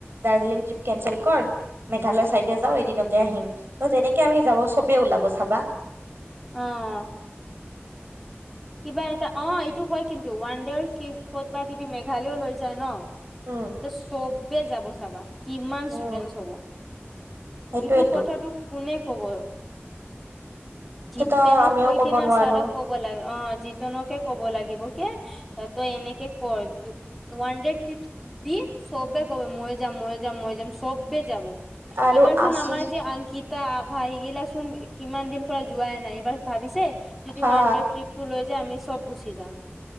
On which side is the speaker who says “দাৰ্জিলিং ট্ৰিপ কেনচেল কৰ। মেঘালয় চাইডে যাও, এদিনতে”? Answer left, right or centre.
Right